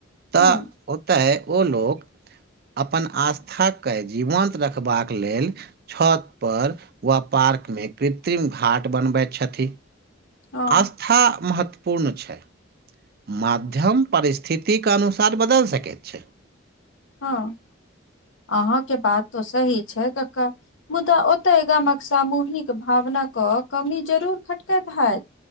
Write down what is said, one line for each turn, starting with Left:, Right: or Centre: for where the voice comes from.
Right: त
Left: ह
Right: ओतय ओ लोग अपन आस्थाकेँ जीवन्त रखबाक लेल छत पर वा पार्क मे कृत्रिम घाट बनबैत छथि
Left: हँ
Right: आस्था महत्वपूर्ण छै माध्यम परिस्थितिक अनुसार बदलि सकैत छै
Left: हँ अहाँके बात तो सही छै कका मुद्दा ओतय गामक सामूहिक भावनाके कमी जरूर खटकैत हैत